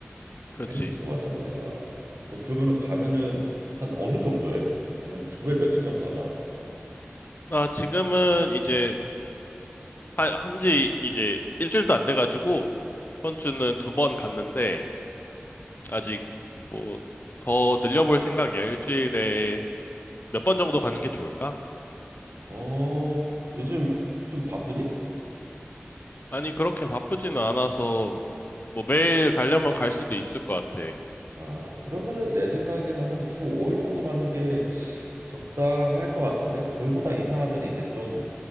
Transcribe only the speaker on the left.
그렇지.
나 지금은 이제 한 지 이제 일주일도 안 돼가지고, 이번 주는 두 번 갔는데, 아직 뭐 더 늘려볼 생각이야. 일주일에 몇 번 정도 가는 게 좋을까?
아니, 그렇게 바쁘지는 않아서 뭐 매일 가려면 갈 수도 있을 것 같아.